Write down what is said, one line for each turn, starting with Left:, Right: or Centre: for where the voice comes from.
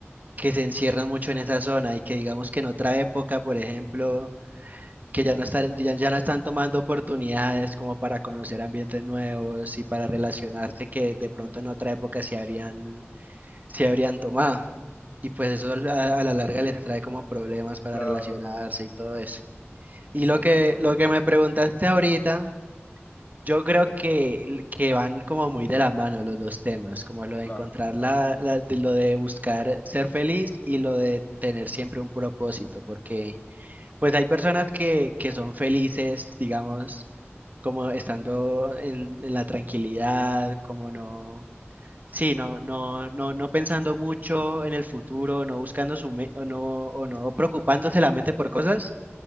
Right: que se encierran mucho en esa zona y que digamos que en otra época, por ejemplo, que ya no están, ya, ya no están tomando oportunidades como para conocer ambientes nuevos y para relacionarse que de pronto en otra época se habrían, se habrían tomado. Y pues eso al- a, a la larga les trae como problemas para
Left: Claro,
Right: relacionarse y todo eso.
Left: exacto,
Right: Y lo que,
Left: exactamente,
Right: lo que me preguntaste ahorita yo creo que, que van como muy de la mano los dos temas, como lo de
Left: claro,
Right: encontrar la, la- de lo de buscar ser feliz y lo de tener siempre un propósito, porque pues hay personas que, que son felices, digamos, como estando en, en la tranquilidad, como no, sí, no, no, no, no pensando mucho en el futuro, no buscando su me- o no, o no preocupándose la mente por cosas